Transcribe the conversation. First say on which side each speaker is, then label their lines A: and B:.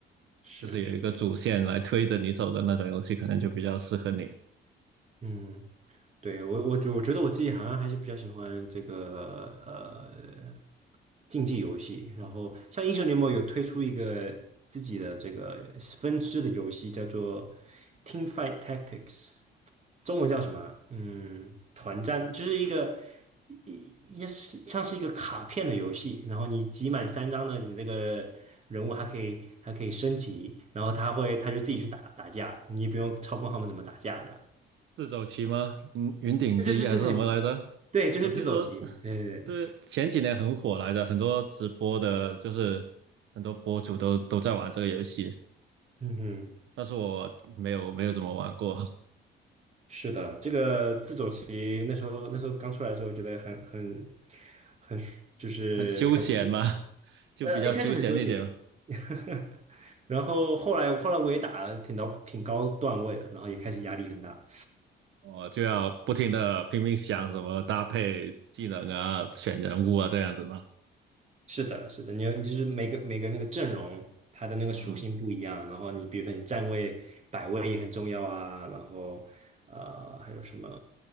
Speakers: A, on the right; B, on the right.
A: 是是，
B: 就是有一个主线来推着你走的那种游戏，可能就比较适合你。
A: 嗯，对我我觉我觉得我自己好像还是比较喜欢这个呃竞技游戏，然后像英雄联盟有推出一个自己的这个分支的游戏，叫做 Team Fight Tactics。中文叫什么啊嗯，团战就是一个一也是像是一个卡片的游戏，然后你集满三张的，你那个人物还可以还可以升级，然后他会他就自己去打打架，你也不用操控他们怎么打架的。
B: 自走棋吗？云云顶之弈还是什么来着？
A: 对对对对对对，就是自走棋。
B: 我听说，
A: 对对对，
B: 对，前几年很火来着，很多直播的，就是很多博主都都在玩这个游戏，
A: 嗯哼，
B: 但是我没有没有怎么玩过。
A: 是的，这个自走棋那时候那时候刚出来的时候，觉得很很很就是很新奇
B: 很休闲嘛，<laughs> 就比较休闲一点。
A: 呃，一开始很纠结，<laughs> 然后后来后来我也打了挺到挺高段位的，然后也开始压力很大。
B: 我就要不停的拼命想怎么搭配技能啊、选人物啊这样子嘛。
A: 是的，是的，你要就是每个每个那个阵容，它的那个属性不一样，
B: 嗯，
A: 然后你比如说你站位摆位也很重要啊，然后呃还有什么